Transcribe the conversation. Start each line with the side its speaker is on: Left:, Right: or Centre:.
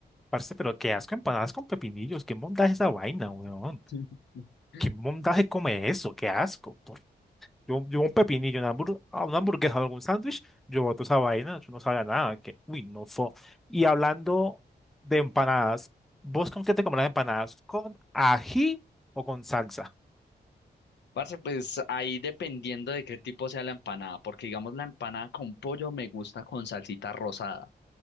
Centre: Parce, pero qué asco empanadas con pepinillos, qué mondaje esa vaina, weón.
Left: <laughs>
Centre: Qué mondaje come eso, qué asco. Por- Yo, yo un pepinillo, una, hamburg- a una hamburguesa o algún sándwich, yo boto esa vaina, yo no sabía nada, que uy, no fue. Y hablando de empanadas, ¿vos con qué te comes las empanadas? ¿Con ají o con salsa?
Left: Parce, pues ahí dependiendo de qué tipo sea la empanada, porque digamos la empanada con pollo me gusta con salsita rosada.